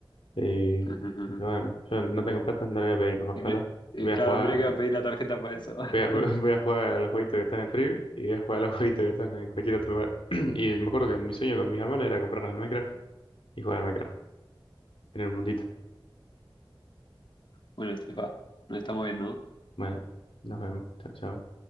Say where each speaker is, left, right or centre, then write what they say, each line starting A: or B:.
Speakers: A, on the left; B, on the left.
A: Y
B: ajá, ajá.
A: dije,
B: ajá.
A: bueno, yo no tengo plata, no le voy a pedir a mis papás
B: Y
A: plata.
B: me- eh,
A: Voy
B: claro,
A: a jugar,
B: mirá que va a pedir la tarjeta para eso.
A: voy
B: <laughs>
A: a, <laughs> voy a jugar a los jueguitos que están en Free y voy a jugar a los jueguitos que están en cualquier otro lugar. <clears throat> Y me acuerdo que mi sueño con mis hermanos era comprarnos el Minecraft y jugar al Minecraft en el mundito.
B: Bueno, este Nos estamos viendo.
A: Bueno, nos vemos. Chao, chao.